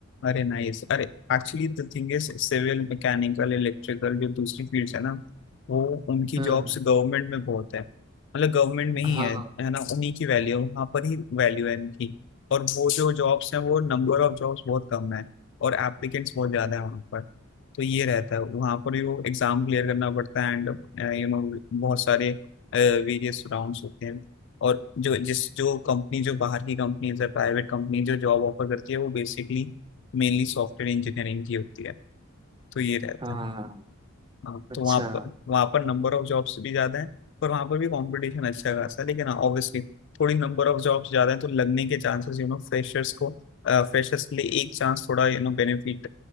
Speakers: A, on the left; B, on the right.
A: अरे नाइस अरे actually the thing is civil mechanical electrical जो दूसरी फील्ड्स है ना वो उनकी
B: हाँ
A: जॉब्स गवर्नमेंट में बहुत है मतलब गवर्नमेंट में ही
B: हाँ
A: है है ना उन्हीं की वैल्यू वहाँ पर ही वैल्यू है इनकी और वो जो जॉब्स हैं वो नंबर ऑफ जॉब्स बहुत कम है और एप्लीकेंट्स बहुत ज्यादा है वहाँ पर तो ये रहता है वहाँ पर भी वो एग्जाम क्लियर करना पड़ता है एंड यू नो बहुत सारे वेरियस राउंड्स होते हैं और जो जिस जो कंपनी जो बाहर की कंपनीज है प्राइवेट कंपनी जो जॉब ऑफर करती है वो बेसिकली मेनली सॉफ्टवेयर इंजीनियरिंग की होती है तो ये रहता
B: हाँ
A: है हाँ
B: अच्छा
A: तो वहाँ पर वहाँ पर नंबर ऑफ जॉब्स भी ज्यादा है पर वहाँ पर भी कंपटीशन अच्छा खासा है लेकिन ऑब्वियसली थोड़ी नंबर ऑफ जॉब्स ज्यादा है तो लगने के चांसेस यू नो फ्रेशर्स को फ्रेशर्स के लिए एक चांस थोड़ा यू नो बेनिफिट